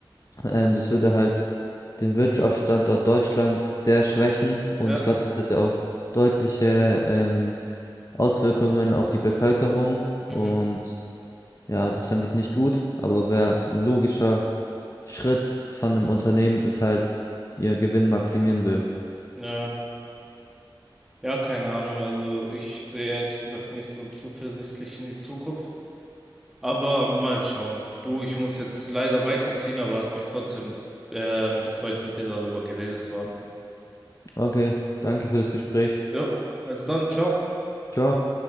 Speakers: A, on the left; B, in the centre.
A: Ähm, das würde halt den Wirtschaftsstandort Deutschland sehr schwächen
B: ja.
A: und ich glaube, das hätte auch deutliche ähm, Auswirkungen auf die Bevölkerung
B: mhm.
A: und Ja, das fand ich nicht gut, aber wäre ein logischer Schritt von einem Unternehmen, das halt ihr Gewinn maximieren will.
B: Ja, ja, keine Ahnung. Also ich sehe ehrlich gesagt nicht so zuversichtlich in die Zukunft. Aber mal schauen. Du, ich muss jetzt leider weiterziehen, aber hat mich trotzdem ähm, gefreut, mit dir darüber geredet zu haben.
A: Okay, danke für das Gespräch.
B: Ja, also dann, ciao.
A: Ciao.